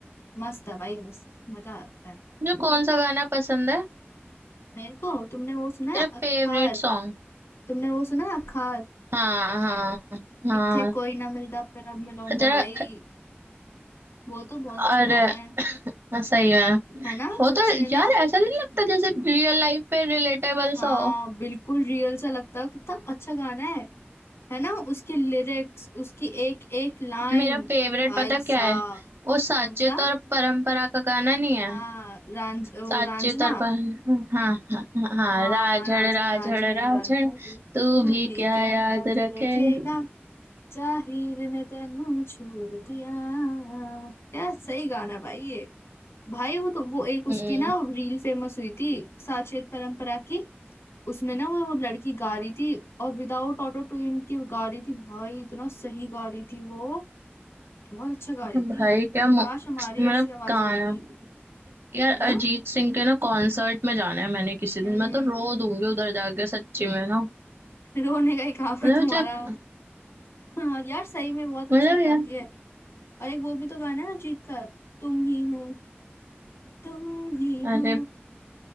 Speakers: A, on the left; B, on the right.
A: मस्त है भाई मस्त मजा आता है
B: तुझे कौन सा गाना पसंद है
A: मेरे को तुमने वो सुना
B: तेरा
A: है अखार
B: फेवरेट सॉन्ग
A: तुमने वो सुना है अखार
B: हाँ हाँ हाँ
A: इत्थे कोई ना मिलता पर अब मिलौंदा
B: जरा
A: भाई वो तो बहुत अच्छा
B: अरे
A: गाना है
B: सही में
A: है ना
B: वो
A: सच्ची
B: तो
A: में ना
B: यार ऐसा नहीं लगता जैसे रियल लाइफ पे रिलेटेबल
A: हाँ
B: सा हो
A: बिल्कुल रियल सा लगता है कितना अच्छा गाना है है ना उसकी लिरिक्स उसकी एक एक लाइन
B: मेरा फेवरेट
A: भाई
B: पता क्या
A: साहब
B: है वो साचेत
A: कौन सा
B: और परंपरा का गाना नहीं है
A: हाँ रांझ ओ,
B: साचेत
A: रांझना
B: और पर... हाँ हाँ हाँ
A: हाँ
B: राझड़
A: रांझर
B: राझड़
A: रांझर
B: राझड़
A: रांझर
B: तू
A: तू
B: भी
A: भी
B: क्या
A: क्या
B: याद
A: याद
B: रखेगा
A: रखेगा जाहिर ने तेनू छोड़ दिया क्या सही गाना भाई ये भाई वो तो वो एक उसकी
B: हम्म
A: ना रील फेमस हुई थी साचेत परंपरा की उसमें ना वो लड़की गा रही थी और विदाउट ऑटो ट्यून की गा रही थी भाई इतना सही गा रही थी वो बहुत अच्छा गा रही
B: भाई
A: थी
B: क्या मु-
A: काश हमारी
B: मतलब
A: ऐसी आवाजें
B: गाना
A: होती
B: यार
A: है ना
B: अरिजीत सिंह के ना कॉन्सर्ट में जाना है मैंने किसी
A: हम्म
B: दिन मैं तो रो दूंगी उधर जाके सच्ची में ना
A: रोने का ही काम
B: मतलब
A: है तुम्हारा
B: जब
A: हाँ यार सही में बहुत अच्छा
B: मतलब यार
A: गाती है और एक वो भी तो गाना है अरिजीत का तुम ही हो तुम ही
B: अरे
A: हो